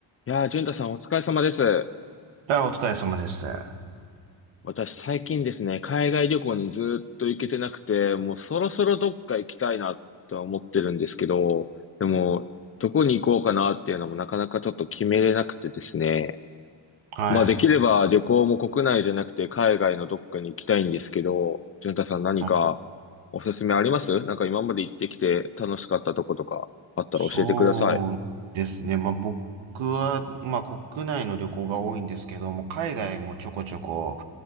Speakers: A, on the left (about 30°); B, on the right (about 80°).
A: いやー、淳太さんお疲れ様です。
B: あ、お疲れ様です。は
A: 私最近ですね、海外旅行にずーっと行けてなくて、もうそろそろどっか行きたいなとは思ってるんですけど、でも、どこに行こうかなっていうのもなかなかちょっと決めれなくてですね。
B: い。
A: まあできれば旅行も国内じゃなくて海外のどっかに行きたいんですけど、淳太さん何か
B: はい
A: おすすめありますなんか今まで行ってきて楽しかったとことかあったら教えてください。
B: そうですね。まあ、僕は、まあ、国内の旅行が多いんですけども、海外もちょこちょこ